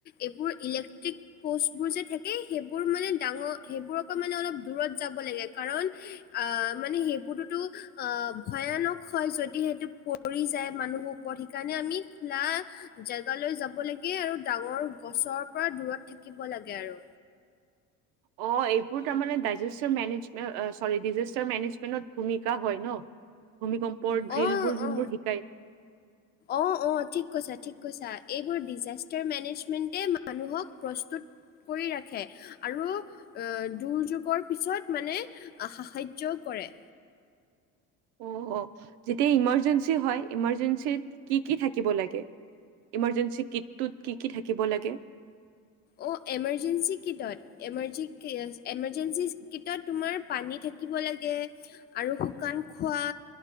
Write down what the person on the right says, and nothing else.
অ এইবোৰ তাৰমানে ডাইজেচৰ মেনেজমেট চৰি ডিজেষ্টাৰ মেনেজমেন্টত ভূমিকা হয় ন? ভূমিকম্পৰ ড্ৰিলবোৰ
যোনবোৰ
শিকায়।
অ অ যেতিয়া ইমাৰ্জেঞ্চি হয় ইমাৰজেঞ্চিত কি কি থাকিব লাগে? ইমাৰ্জেঞ্চি কিটটোত কি কি থাকিব লাগে?